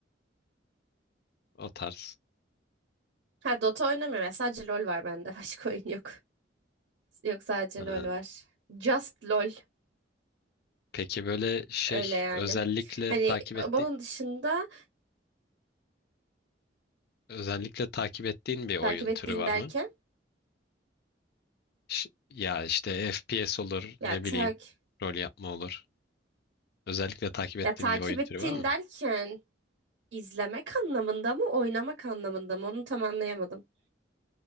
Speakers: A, on the left; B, on the right.
A: o tarz.
B: Ha Dota oynamıyorum. Sadece LOL var bende. <laughs> Başka oyun yok. Yok sadece
A: Ee,
B: LOL var. Just LOL
A: peki böyle şey
B: öyle yani.
A: özellikle
B: Hani
A: takip ettiğin
B: bunun dışında
A: özellikle takip ettiğin bir oyun
B: Takip ettiğin
A: türü var
B: derken?
A: mı? Ş- ya işte FPS olur, ne
B: Ya tak
A: bileyim, rol yapma olur. Özellikle takip ettiğin
B: ya takip
A: bir oyun türü
B: ettiğin
A: var mı?
B: derken izlemek anlamında mı, oynamak anlamında mı? Onu tam anlayamadım.